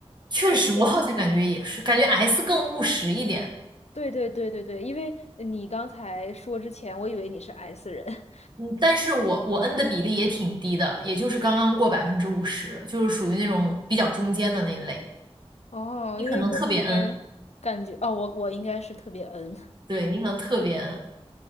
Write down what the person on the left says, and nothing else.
就是
对对对对对，因为你刚才说之前，我以为你是 S 人
<laughs> 哦，
因为跟之前感觉哦，
我我应该是特别 N